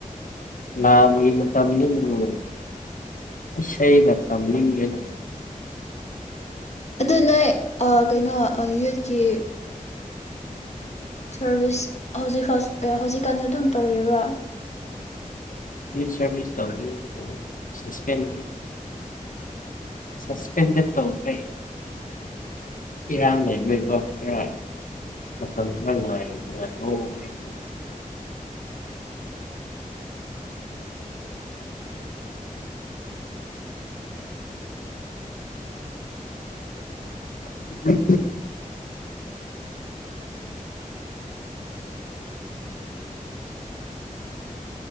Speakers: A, on the left (about 70°); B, on the left (about 50°).
A: ꯂꯥꯟꯒꯤ ꯃꯇꯝꯅꯤꯅ ꯏꯁꯩꯒ ꯇꯝꯅꯤꯡꯗ꯭ꯔꯦꯗ
B: ꯑꯗꯨ ꯅꯣꯏ ꯀꯩꯅꯣ ꯌꯨꯠꯀꯤ ꯁꯔꯚꯤꯁ ꯍꯧꯖꯤꯛ ꯐꯥꯁ ꯍꯧꯖꯤꯛꯀꯥꯟꯁꯨ ꯑꯗꯨꯝ ꯇꯧꯔꯤꯕ꯭ꯔꯣ
A: ꯌꯨꯠ ꯁꯥꯔꯚꯤꯁ ꯇꯧ <unintelligible> ꯁ꯭ꯄꯦꯟ ꯁꯁꯄꯦꯟꯗꯦꯠ ꯇꯧꯈ꯭ꯔꯦ ꯏꯔꯥꯡ ꯂꯩꯕꯒꯤꯀꯣ ꯈꯔ ꯃꯇꯝ ꯈꯔ ꯉꯥꯏ ꯉꯥꯏꯈꯣ ꯍꯥꯏ <unintelligible>